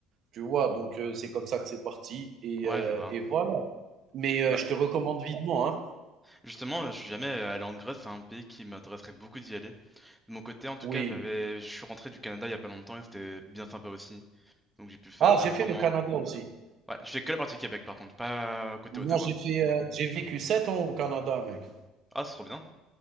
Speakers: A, on the right; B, in the centre.
A: Tu vois, donc euh, c'est comme ça que c'est parti. Et,
B: ouais,
A: euh,
B: je vois.
A: et voilà. Mais euh,
B: Bah,
A: je te recommande vivement, hein.
B: justement, euh, je suis jamais euh, allé en Grèce, c'est un pays qui m'intéresserait beaucoup d'y aller. De mon côté, en tout
A: Oui.
B: cas, j'avais, je suis rentré du Canada il y a pas longtemps et c'était bien sympa aussi. Donc j'ai pu faire
A: Ah,
B: euh,
A: j'ai
B: vraiment.
A: fait le Canada aussi.
B: Ouais, je fais que la partie Québec par contre, pas côté
A: Moi,
B: Ottawa.
A: j'ai fait, euh, j'ai vécu sept ans au Canada, mec.
B: Ah, c'est trop bien,